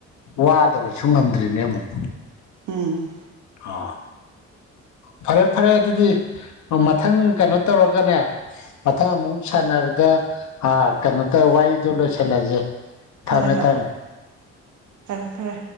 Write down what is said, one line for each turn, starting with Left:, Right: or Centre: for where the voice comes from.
Left: ꯋꯥꯗꯕꯁꯨ ꯉꯝꯗ꯭ꯔꯤꯅꯦ ꯑꯃꯨꯛ
Right: ꯎꯝ
Left: ꯑ ꯐꯔꯦ ꯐꯔꯦ ꯑꯗꯨꯗꯤ ꯃꯊꯪ ꯀꯩꯅꯣ ꯇꯧꯔꯒꯅꯦ ꯃꯊꯪ ꯑꯃꯨꯛ ꯁꯥꯟꯅꯕꯗ ꯀꯩꯅꯣ ꯇꯧ ꯍꯏꯗ ꯂꯣꯏꯁꯜꯂꯁꯦ ꯊꯝꯃꯦ
Right: ꯍꯣꯏ ꯍꯣꯏ
Left: ꯊꯝꯃꯦ
Right: ꯐꯔꯦ ꯐꯔꯦ